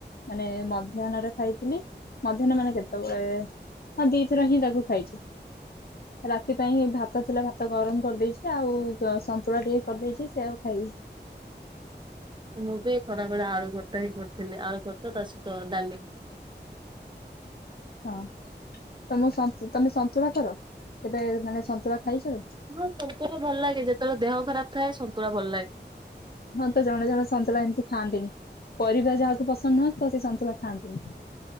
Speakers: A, on the left; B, on the right.
A: ମାନେ ମଧ୍ୟାହ୍ନରେ ଖାଇଥିଲି, ମଧ୍ୟାହ୍ନ ମାନେ କେତେବେଳେ? ହଁ ଦିଥର ହିଁ ତାକୁ ଖାଇଛି। ରାତି ପାଇଁ ହିଁ ଭାତ ଥିଲା ଭାତ ଗରମ କରିଦେଇଛି ଆଉ ସନ୍ତୁଳା ଟିକେ କରିଦେଇଛି ସେ ଆଉ ଖାଇବୁ।
B: ମୁଁ ବି ଖରାବେେଳେ ଆଳୁ ଭର୍ଟତା ହିଁ କରିଥିଲି ଆଳୁ ଭରତା ତା ସହିତ ଡାଲି।
A: ହଁ ତମ ତମେ ସନ୍ତୁଳା କର କେବେ ମାନେ ସନ୍ତୁଳା ଖାଇଛ?
B: ହଁ ଶନ୍ତୁଳା ଭଲ ଲାଗେ ଯେତେବେଳେ ଦେହ ଖରାପ ଥାଏ ଶନ୍ତୁଳା ଭଲ ଲାଗେ।
A: ହଁ ତ ଜଣେ ଜଣେ ସନ୍ତୁଳା ଏମିତି ଖାଆନ୍ତିନି ପରିବା ଯାହାକୁ ପସନ୍ଦ ନୁହଁନ୍ତି ତ ସେ ସନ୍ତୁଳା ଖାଆନ୍ତିନି।